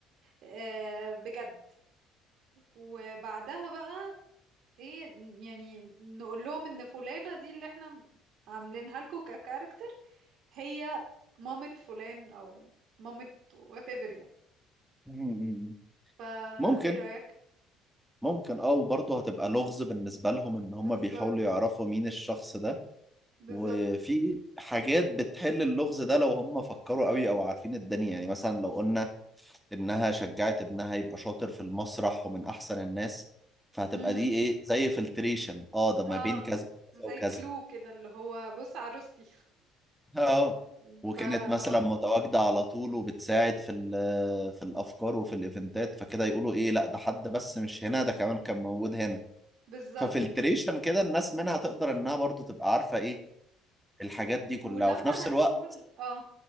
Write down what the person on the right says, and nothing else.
آه، بجد وبعدها بقى ايه ن- يعني نقول لهم ان فلانة دي اللي احنا عاملينها لكم ككاركتر هي مامة فلان او مامة whatever يعني
فا
ايه رأيك
بالظبط
بالظبط
امم
اه
زي
كلو كده اللي هو بص عروستي
<laughs>
فا
اه
بالظبط
ولما
هتقول اه